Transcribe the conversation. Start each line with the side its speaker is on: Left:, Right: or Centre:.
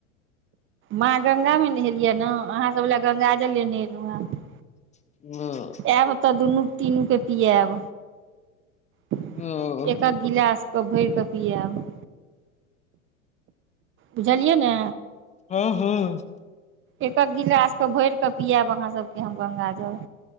Right: माँ गंगा मे नेहेलियै ने अहाँ सभ लए गंगाजल लेने अयलहुँ हेँ
Left: <unintelligible>
Right: आएब तऽ दुनू तीनू के पियाब एक हक
Left: ओ
Right: एकहक गिलास के भरि कऽ पियाब बुझलियै ने
Left: हँ हँ
Right: एकहक गिलास के भैर के पियाब अहाँ सबके हम गंगाजल